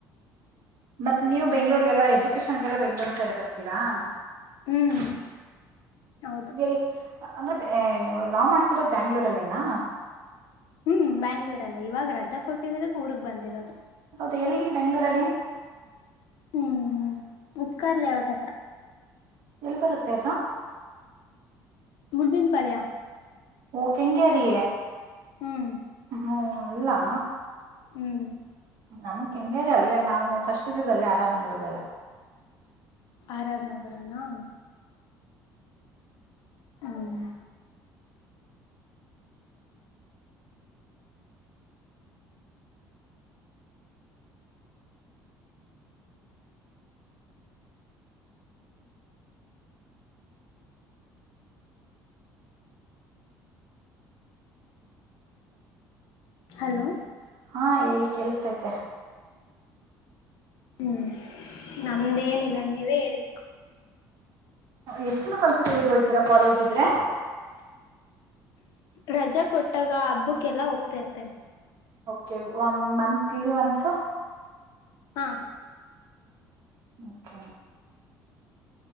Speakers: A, on the right; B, on the left.
A: ಮತ್ತೆ ನೀವು ಬೆಂಗ್ಗಳೂರ್ರಿಗೆಲ್ಲ ಎಜುಕೇಶನ್ಗೆಲ್ಲ ಬೆಂಗ್ಗಳೂರ್ ಸೈಡ್ ಬರ್ತೀರಾ.
B: ಹ್ಮ್
A: <unintelligible>
B: ಹೌದು
A: ಲಾವ್ ಮಾಡ್ತಿರೋದು್ ಬ್ಯಾಂಗ್ಳೂರಲ್ಲಿೇನಾ.
B: ಹ್ಮ್ ಬ್ಯಾಂಗ್ಳೂರಲ್ಲ ಇವಾಗ ರಜಾ ಕೊಟ್ಟಿರೋದಕ್ಕೆ ಊರ್ಗ್ ಬಂದಿರೋದು.
A: ಹೌದಾ ಎಲ್ಲಿ ಬೆಂಗಗಳೂರಲ್ಲಿ.
B: ಹ್ಮ್ ಉಪ್ಕಾರ್ಲಔಟ್ಟ ಹತ್ರ.
A: ಎಲ್ಲಿ ಬರುತ್ತೆ ಅದು.
B: ಮು್ದಿನ ಪಳೆಯಾ.
A: ಓ ಕೆಂಗೇರಿೇ
B: ಹ್ಮ್
A: ಹ್ಮ ಅಲ್ಲಾ.
B: ಹ್ಮ್.
A: ನಮಕ್ ಕೆಂಗೇರಿ ಅಲ್ಲೇ ನಾವು ಫಸ್ಟ್ ಇದ್ದದಲ್ಲೇ ಆರ ಆರ್ ನಗರದೆಲ್ಲ.
B: ಆರ್ ಆರ್ ನಗರನಾ. ಹ್ಮ್ ಹಲೋ.
A: ಹಾ ಹೇಳಿ ಕೇಳಿಸತೈತೆ.
B: ಹ್ಮ್ ನಮ್ದೇನ್ಗ ನೀವೇ ಹೇಳ್ಬೇಕು.
A: ಎಷ್ಟು ದಿನಕ್ಕ ಒಂದಸರಿ ಹೋಗಯ್ತೀರಾ ಕಾಲೇಜ್ ಇದ್ರೆ.
B: ರಜಾ ಕೊಟ್ಟಾಗ ಹಬ್ಬಕ್ಕೆಲ್ಲ ಹೋಗ್ತಾ ಇರ್ತೆೇನೆ.
A: ಕೆ ಒನ್ ಮಂತ್ಲಿ ಒಸ.
B: ಹಾ.
A: ಓಕೆ.